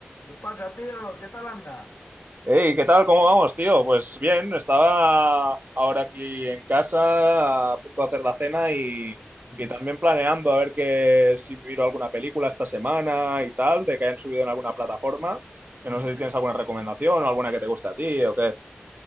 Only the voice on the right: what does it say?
Hey, ¿qué tal? ¿Cómo vamos, tío? Pues bien, estaba ahora aquí en casa a punto de hacer la cena y,
y también planeando a ver que, si miro alguna película esta semana y tal, de que hayan subido en alguna plataforma. Que
no sé si tienes alguna recomendación o alguna que te guste a ti o qué.